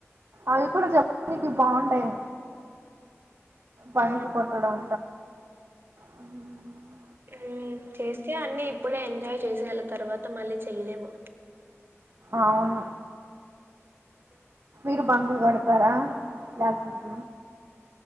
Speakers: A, on the right; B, on the right.
A: అవి కూడా చెప్పనికి బాగుంటాయి బంక్
B: ఆ
A: కొట్టడం <unintelligible>
B: ఉమ్ చేస్తే అన్ని ఇప్పుడే ఎంజాయ్ చేసేయాల తర్వాత మళ్ళీ చేయలేము
A: అవును
B: <unintelligible>
A: మీరు బంక్ కొడతారా క్లాస్సేస్